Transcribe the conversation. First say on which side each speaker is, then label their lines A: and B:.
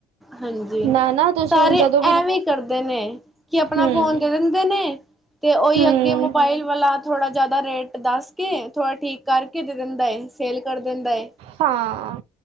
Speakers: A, in the centre; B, on the right.
A: ਹਾਂਜੀ।
B: ਨਾ ਨਾ ਤੁਸੀਂ
A: ਸਾਰੇ
B: ਹੁਣ ਜਦੋਂ ਵੀ
A: ਐਵੇਂ ਈ ਕਰਦੇ ਨੇ, ਕਿ ਅਪਣਾ
B: ਹਮ
A: ਫੋਨ ਦੇ ਦਿੰਦੇ ਨੇ। ਤੇ ਓਹੀ
B: ਹਮ
A: ਅੱਗੇ ਮੋਬਾਈਲ ਵਾਲਾ ਥੋੜ੍ਹਾ ਜਿਆਦਾ ਰੇਟ ਦੱਸ ਕੇ ਥੋੜ੍ਹਾ ਠੀਕ ਕਰਕੇ ਦੇ ਦਿੰਦਾ ਏ। ਸੇਲ ਕਰ ਦਿੰਦਾ ਏ।
B: ਹਾਂ।